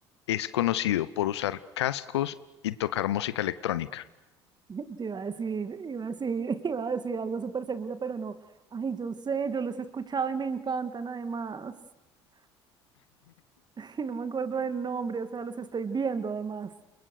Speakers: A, on the left; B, on the right.
A: es conocido por usar cascos y tocar música electrónica?
B: Yo iba a decir, iba a decir, <laughs> iba a decir algo súper segura, pero no. Ay, yo sé, yo los he escuchado y me encantan además. <laughs> Y no me acuerdo del nombre, o sea, los estoy viendo además.